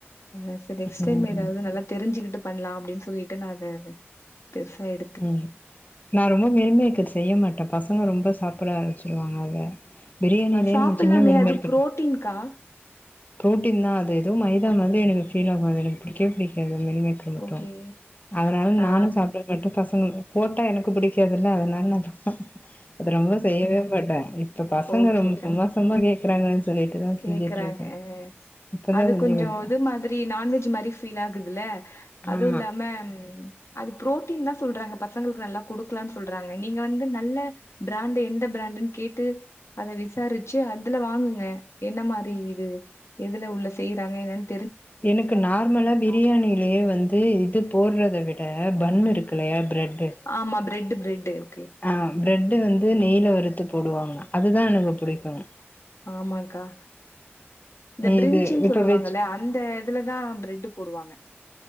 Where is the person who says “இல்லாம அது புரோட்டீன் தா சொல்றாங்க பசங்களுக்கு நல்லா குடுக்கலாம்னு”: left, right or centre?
Left